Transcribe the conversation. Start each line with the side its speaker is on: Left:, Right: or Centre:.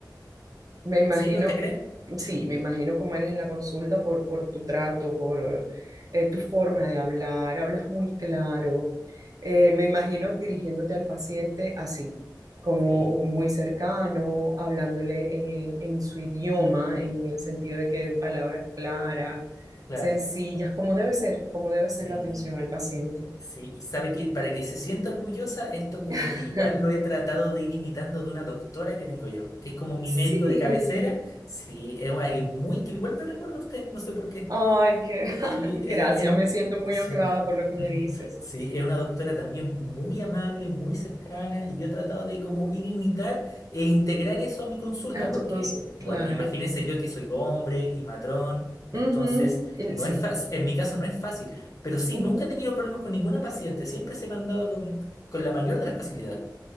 Right: Me imagino,
Left: ¿Sí? ¿Usted cree?
Right: sí, me imagino cómo eres en la consulta por, por tu trato, por eh, tu forma de hablar, hablas muy claro. Eh, me imagino dirigiéndote al paciente así, como
Left: Sí,
Right: muy cercano, hablándole en, en su idioma, en el sentido de que en palabras claras,
Left: claro.
Right: sencillas, como debe ser, como debe
Left: Sí.
Right: ser la atención al paciente.
Left: Sí, y sabe que para que se sienta orgullosa, esto como
Right: <laughs>
Left: que igual lo he tratado de ir imitando de una doctora que tengo yo, que es como mi
Right: Sí,
Left: médico de cabecera. Sí, es un- alguien muy que igual me recuerda a usted, no sé por qué.
Right: ay, qué <laughs>
Left: Sí,
Right: gracias,
Left: es, es-
Right: me siento muy honrada
Left: sí.
Right: por lo
Left: <laughs>
Right: que me dices.
Left: Sí, es una doctora también muy amable, muy cercana, y yo he tratado de como ir a imitar e integrar eso a mi consulta,
Right: a
Left: porque,
Right: tu consulta claro.
Left: bueno, imagínese yo que soy hombre y matrón,
Right: Ujú,
Left: entonces
Right: el-
Left: no
Right: Sí,
Left: es fa- en mi caso no es fácil, pero sí,
Right: ujú.
Left: nunca he tenido problemas con ninguna paciente, siempre se me han dado con, con la mayor de las facilidades.